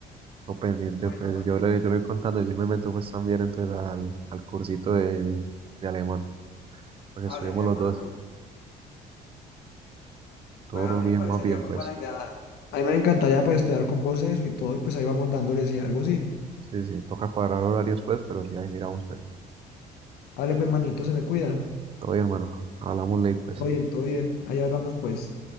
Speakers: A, on the right; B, on the left.
A: lo pendiente,
B: Bueno,
A: pues
B: ma-
A: yo le, yo le voy contando y si me meto pues también entonces al, al cursito de, de alemán, para que
B: hable
A: estudiemos
B: mi hermano.
A: los dos. Todo
B: Bueno, a mí
A: bien,
B: me parecería
A: más bien,
B: muy
A: pues.
B: buena idea. A mí me encantaría pues estudiar con vos eso y todo, y pues ahí vamos dándoles y algo así.
A: Sí, sí, toca cuadrar horarios pues, pero sí, ahí miramos pues.
B: Dale, pues, manito, se me cuida.
A: Todo bien, hermano. Hablamos late pues.
B: Todo bien, todo bien. Ahí hablamos pues.